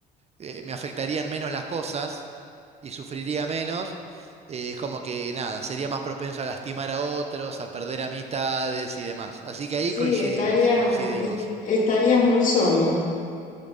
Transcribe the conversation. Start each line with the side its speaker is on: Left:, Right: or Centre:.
Right: eh, me afectarían menos las cosas y sufriría menos, eh, es como que nada, sería más propenso a lastimar a otros, a perder amistades y demás. Así que ahí
Left: sí,
Right: coincidimos,
Left: estaría,
Right: coincidimos.
Left: est- estarías muy solo